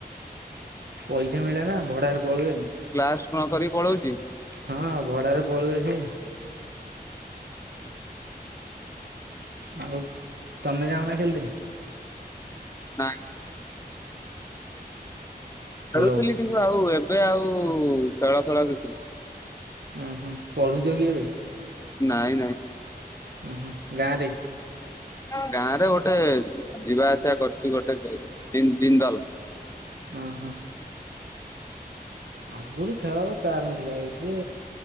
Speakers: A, on the right; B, on the left.
A: ପଇସା ମିଳେ ନା ଭଡାରେ ପଳେଇଲେ।
B: କ୍ଲାସ ନ କରିକି ପଳଉଛି।
A: ହଁ ଭଡାରେ ପଳଉଛି। ଆଉ ତମେ ଯାାଉନା ଖେଲିତେ।
B: ନା କି?
A: ହ୍ୟାଲୋ
B: ଖେଳୁଥିଲି କିନ୍ତୁ ଆଉ ଏବେ ଆଉ ଖେଳ ଫେଳ କିଛି ନାହିଁ।
A: ଓଁ ହୁଁ ପଢୁଛ କି ଏବେ?
B: ନାଇଁ ନାଇଁ।
A: ଓହୋ ଗାଁରେ।
B: ଗାଁରେ ଗୋଟେ ଯିବା ଆସିବା କରୁଛି ଗୋଟେ ଜି ଜି ଜିନ୍ଦଲ।
A: ହଁ ହଁ। ଆଗରୁ ଖେଳର ଚାରମ୍ ଥିଲା ଏବେ